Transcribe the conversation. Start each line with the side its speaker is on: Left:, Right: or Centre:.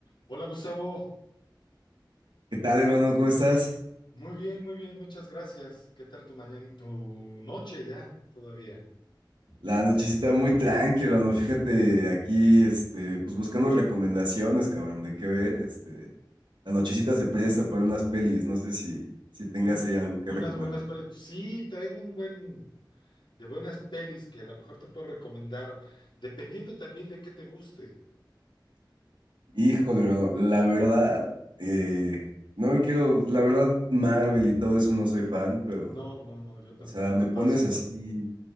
Left: Hola Gustavo,
Right: ¿Qué tal, hermano? ¿Cómo estás?
Left: muy bien, muy bien, muchas gracias. ¿Qué tal tu mañana, tu noche ya todavía?
Right: La nochecita muy tranquila, ¿no? Fíjate, aquí, este, pues buscando recomendaciones, cabrón, de qué ver, este, la nochecita se presta para unas pelis, no sé si, si tengas
Left: Un-
Right: ahí algo que
Left: unas
Right: recomendar.
Left: buenas pelis. Sí, traigo un buen de buenas pelis que a lo mejor te puedo recomendar, dependiendo también de qué te guste.
Right: Híjole, hermano, la verdad, eh, no me quiero, la verdad, Marvel y todo eso no soy fan, pero,
Left: No, no, no, yo tampoco,
Right: o sea, me
Left: paso.
Right: pones así,